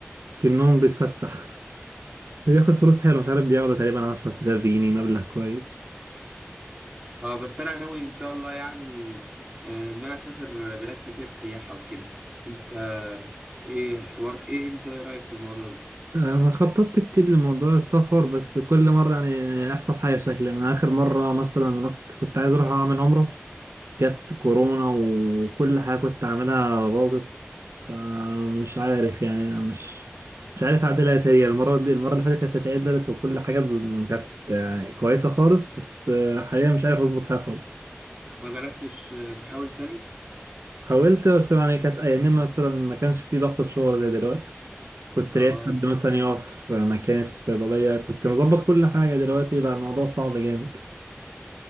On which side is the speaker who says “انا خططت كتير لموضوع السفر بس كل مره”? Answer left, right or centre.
Right